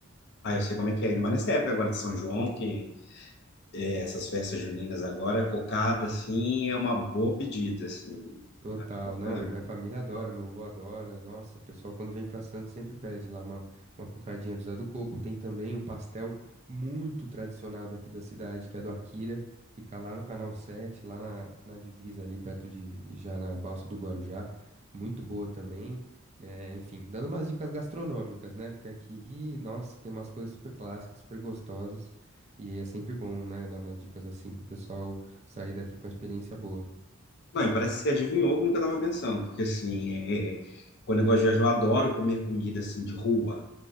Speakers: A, on the left; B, on the right.
A: Aí eu sei como é que é, ainda mais nessa época agora de São João, que é, essas festas juninas agora, cocada, assim, é uma boa pedida, assim.
B: Total,
A: Acho bacana.
B: não, e minha família adora, meu avô adora. Nossa, o pessoal quando vem pra Santos sempre pede lá uma, uma cocadinha do Zé do Coco. Tem também um pastel muito tradicional daqui da cidade, que é do Akira. Fica lá no Canal 7, lá na, na divisa ali, perto de, de já na Balsa do Guarujá. Muito boa também. É, enfim, dando umas dicas gastronômicas, né? Porque aqui, nossa, tem umas coisas super clássicas, super gostosas. E é sempre bom, né? Dar umas dicas assim pro pessoal sair daqui com a experiência boa.
A: Não, e parece que você adivinhou como que eu tava pensando, porque, assim, é, é, quando eu gosto de viajar, eu adoro comer comida, assim, de rua.